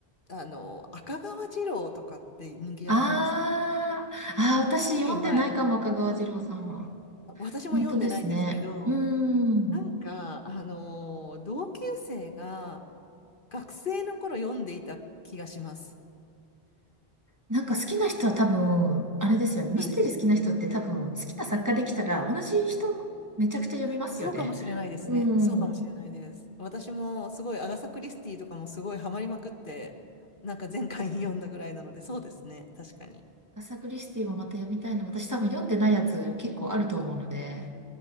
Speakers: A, on the left; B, on the right.
A: あの、赤川次郎とかって人気じゃなかったです。
B: あ、
A: す
B: ああ、私読んでないかも、
A: ごい前。
B: 赤川次郎さんは。
A: 私も読んでないんですけど、
B: 本当ですね。うん。
A: なんか、あの、同級生が学生の頃読んでいた気がします。
B: なんか好きな人は多分、あれですよね。ミステリー好きな人って多分、
A: はい
B: 好きな作家できたら、同じ人めちゃくちゃ読みますよね。
A: そうかもしれないですね。
B: う
A: そうかもしれないです。
B: ん。
A: 私もすごいアガサ・クリスティとかもすごいハマりまくって、なんか前回読んだぐらいなので、そうですね。確かに。
B: アサクリスティもまた読みたいの。私多分読んでないやつ結構あると思うので、